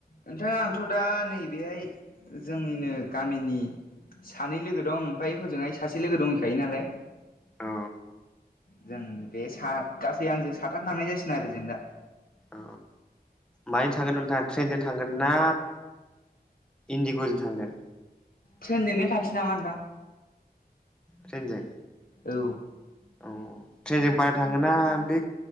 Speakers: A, on the left; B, in the centre.
A: नोंथाङा आंथ' दा नैबेहाय जोंनिनो गामिनि सानै लोगो दं ओमफ्राय हजोंहाय सासे लोगो दंहैखायो नालाय।
B: औ।
A: जों बे सात गासै आंजों साथानो थांनाय जासिगोन आरो दा।
B: अ माजों थांगोन नोंथाङा ट्रेनजों थांगोन ना? इन्दिग'जों थांगोन?
A: ट्रेनजोंनो थांसै नामा नोंथां
B: ट्रेनजों
A: औ।
B: अ ट्रेनजों बारा थाङोना बे